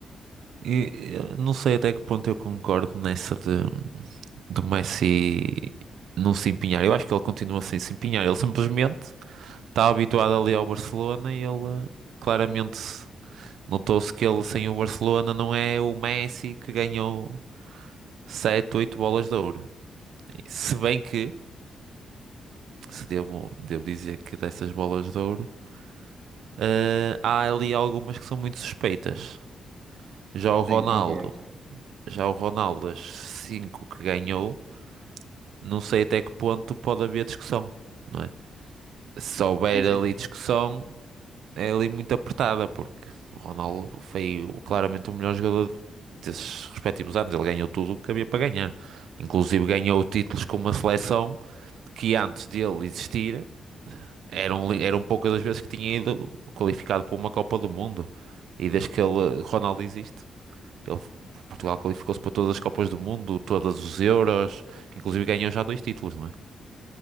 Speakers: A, on the right; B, on the right.
A: E eu não sei até que ponto eu concordo nessa de do Messi não se empenhar. Eu acho que ele continua sem se empenhar. Ele simplesmente está habituado ali ao Barcelona e ele eh, claramente se- notou-se que ele sem o Barcelona não é o Messi que ganhou 7 8 bolas de ouro. Se bem que se devo, devo dizer que dessas bolas de ouro, eh, há ali algumas que são muito suspeitas. Já o Ronaldo,
B: Sim, concordo.
A: já o Ronaldo, das 5 que ganhou, não sei até que ponto pode haver discussão, não é? Se houver
B: Sim, sim.
A: ali discussão, é ali muito apertada, porque o Ronaldo foi o- claramente o melhor jogador desses respectivos anos. Ele ganhou tudo o que havia para ganhar. Inclusive ganhou títulos com uma seleção que antes dele existir. Eram, li- eram poucas as vezes que tinha ido qualificado para uma Copa do Mundo. E desde que ele, Ronaldo existe, ele, Portugal qualificou-se para todas as Copas do Mundo, todos os Euros, inclusive ganhou já dois títulos, não é?